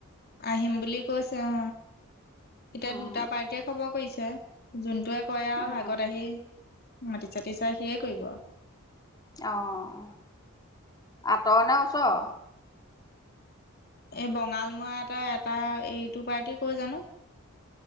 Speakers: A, on the left (about 45°); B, on the left (about 20°).
A: আহিম বুলি কৈছে অ, এতিয়া
B: অ'
A: দুটা পাৰ্টিয়ে খবৰ কৰিছে। যোনটোৱে কৰে আৰু
B: উম,
A: আগত আহি মাটি চাতি চাই য়ে কৰিব আৰু।
B: অহ, আঁতৰ নে ওচৰ?
A: এই বঙালমৰা এটা -এটা এইটো পাৰ্টি কৈ জানো।